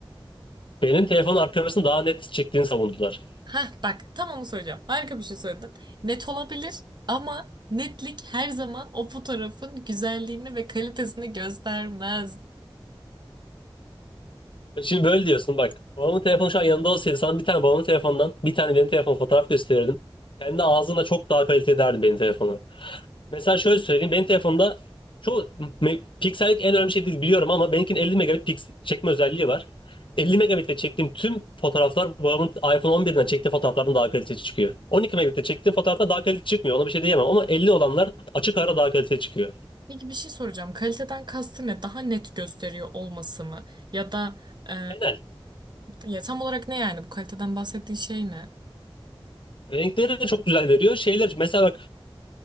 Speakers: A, on the left (about 65°); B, on the right (about 50°).
A: <laughs> Benim telefonun arka kamerasını daha net çektiğini savundular.
B: Ha bak tam onu söyleyeceğim. Harika bir şey söyledin. Net olabilir ama netlik her zaman o fotoğrafın güzelliğini ve kalitesini göstermez.
A: E Şimdi böyle diyorsun bak. Babamın telefonu şu an yanında olsaydı sana bir tane babamın telefonundan bir tane benim telefon fotoğraf gösterirdim. Kendi ağzına çok daha kaliteli derdim benim telefonu. Mesela şöyle söyleyeyim. Benim telefonumda çoğu me- piksellik en önemli şey değil biliyorum ama benimkinin 50 megabit piks- çekme özelliği var. 50 megabitle çektiğim tüm fotoğraflar babamın iPhone 11'den çektiği fotoğraflardan daha kaliteli çıkıyor. 12 megabitle çektiğim fotoğrafta daha kaliteli çıkmıyor. Ona bir şey diyemem ama 50 olanlar açık ara daha kaliteli çıkıyor.
B: Peki bir şey soracağım. Kaliteden kastı ne? Daha net gösteriyor olması mı? Ya da e,
A: Genel.
B: ya tam olarak ne yani? Bu kaliteden bahsettiği şey ne?
A: Renkleri de çok güzel veriyor. Şeyler mesela bak